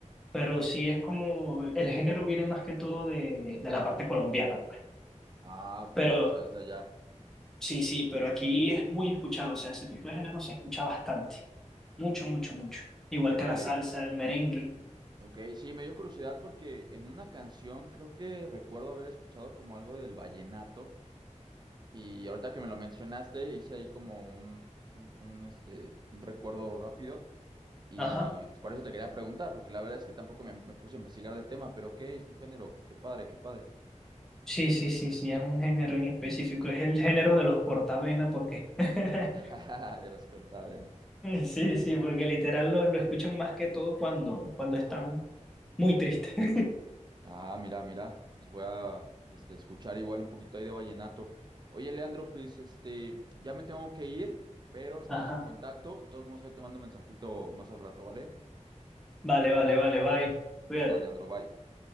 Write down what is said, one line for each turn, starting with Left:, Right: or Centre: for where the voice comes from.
Centre: Pero sí es como, el género viene más que todo de, de la parte colombiana.
Right: Ah, ok,
Centre: Pero
Right: o sea, es de allá.
Centre: sí, sí, pero aquí es muy escuchado, o sea, ese tipo de género se escucha bastante. Mucho, mucho, mucho. Igual
Right: Órale.
Centre: que la salsa, el merengue.
Right: Ok, sí, me dio curiosidad porque en una canción creo que recuerdo haber escuchado como algo del vallenato. Y ahorita que me lo mencionaste, hice ahí como un, un, un, este, un recuerdo rápido. Y
Centre: Ajá.
Right: por eso te quería preguntar, porque la verdad es que tampoco me, me puse a investigar del tema, pero qué es un género, qué padre, qué padre.
Centre: Sí, sí, sí, sí, es un género en específico. Es el género de los cortavena, porque. <laughs>
Right: <laughs> De los cortavenas.
Centre: Sí, sí, porque literal lo, lo escuchan más que todo cuando, cuando están muy tristes. <laughs>
Right: Ah, mira, mira, pues voy a este, escuchar igual un poquito ahí de vallenato. Oye, Leandro, pues este, ya me tengo que ir, pero estamos
Centre: Ajá.
Right: en contacto. De todos modos, ahí te mando un mensajito más al rato, ¿vale?
Centre: Vale, vale, vale, bye. Cuídate.
Right: Ya estás, Leandro, bye.